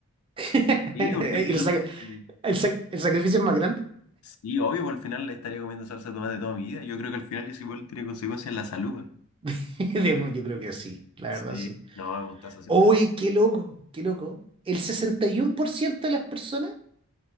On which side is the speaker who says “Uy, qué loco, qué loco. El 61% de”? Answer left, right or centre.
Right